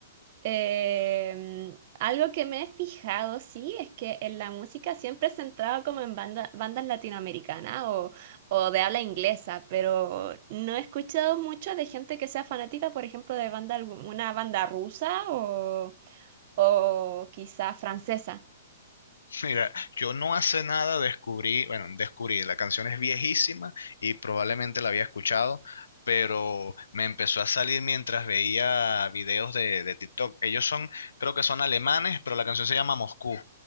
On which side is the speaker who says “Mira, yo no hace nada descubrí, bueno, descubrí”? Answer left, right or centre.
Left